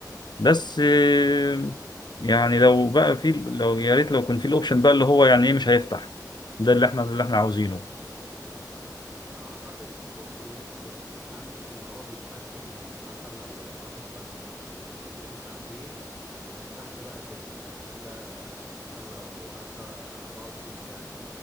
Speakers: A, on the left; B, in the centre.
A: بس آه، يعني لو بقى في لو يا ريت لو كان في الأوبشن بقى اللي هو يعني إيه مش هيفتح ده اللي إحنا اللي إحنا عاوزينه
B: ما اعتقد في سوفت وير بيتحمل اللي هو بيتحكم ان مثلا لو لو الواحد فتحه وما- آه، فوق الساعتين ما يفتحش بقى تاني الا مثلا لو عدى 24 ساعة